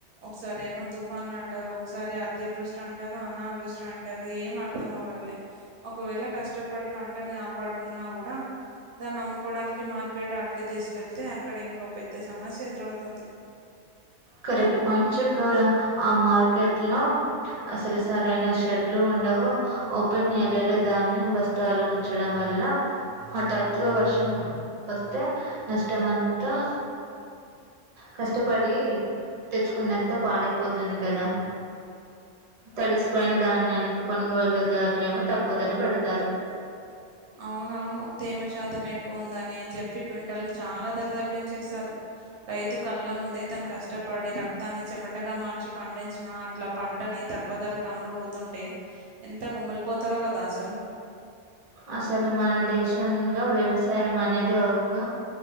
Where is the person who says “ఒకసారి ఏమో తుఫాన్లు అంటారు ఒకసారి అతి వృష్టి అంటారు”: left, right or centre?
Right